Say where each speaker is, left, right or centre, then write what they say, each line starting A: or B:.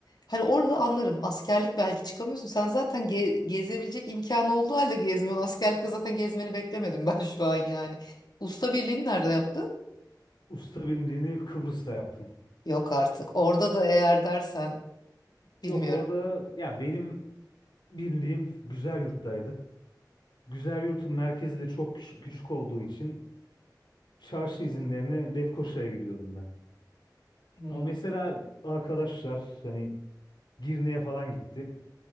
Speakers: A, on the left; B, on the left.
A: hani orada anlarım askerlik belki çıkamıyorsun. Sen zaten ge- gezebilecek imkanı olduğu halde gezmiyorsun. Askerlikte zaten gezmeni beklemedim ben <laughs> şu an yani. Usta birliğini nerede yaptın?
B: Usta birliğini Kıbrıs'ta yaptım.
A: Yok artık. Orada da eğer dersen bilmiyorum.
B: Yok orada ya benim birliğim Güzelyurt'taydı. Güzelyurt'un merkezi de çok küç- küçük olduğu için çarşı izinlerine Lefkoşa'ya gidiyordum ben.
A: Hmm.
B: Ama mesela arkadaşlar hani Girne'ye falan gitti.